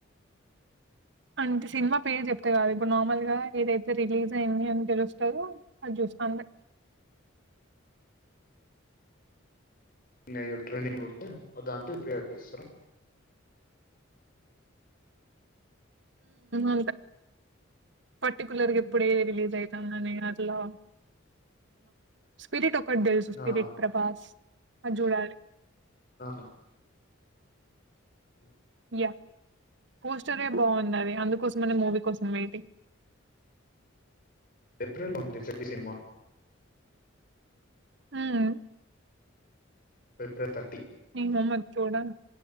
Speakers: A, on the right (about 55°); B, on the left (about 45°).
A: అంటే సినిమా పేరు చెప్తే కాదు ఇప్పుడు నార్మల్గా ఏదైతే రిలీజ్ అయింది అని తెలుస్తుందో అది చూస్తా అంతే
B: ఇయ ట్రైనింగ్లు ఉంటా దా ప్రయార్టీస్ అ
A: అంతా పర్టిిక్యులర్ గా ఎప్పుడే రిలీజ్ అయితాంది అలా స్పిరిట్ ఒక్కటి తెలుసు స్పిరిట్
B: ఆ!
A: ప్రభాస్ అజూడాలి
B: ఆహా అ <inaudible>
A: యా పోస్టరే బాగున్నది అందుకోసం అనే మూవీ కోసం వెేటింగ్
B: ఏప్రిల్‌లో ఉంది 'పెద్ది' సినిమా.
A: ఆం
B: ఏప్రిల్ థర్టీ
A: ఇ మమ్మ చూడాను